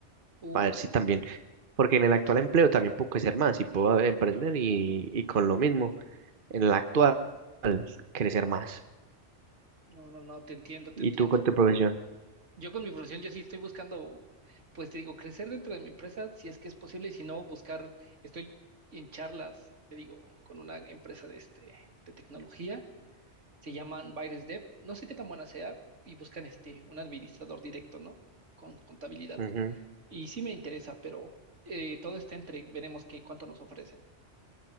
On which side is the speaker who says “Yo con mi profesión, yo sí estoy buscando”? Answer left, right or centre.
Right